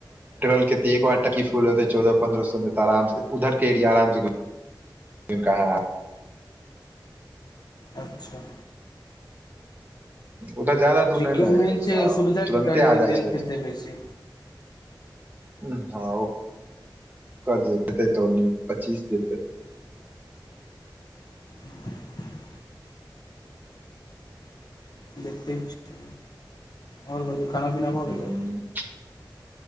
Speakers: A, on the right (about 20°); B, on the left (about 60°).
A: कत एकवार टंकी फूल होतै चौदह पन्द्रह सए मे त आराम से उधर के एरिया आराम स ह
B: अच्छा
A: उधर बेसी दूर
B: ठीके
A: नहि
B: मेन
A: अछि
B: छै
A: ने,
B: सुरजा
A: तुरन्ते
B: के गाड़ी
A: आबि
B: के तेल
A: जाइत
B: खेतै
A: छै
B: बेसी
A: ह हँ करि देतै तऽ पच्चीस जेतै
B: <inaudible> देखैत छी, आओर आब खाना-पीना भऽ गेलै
A: हँ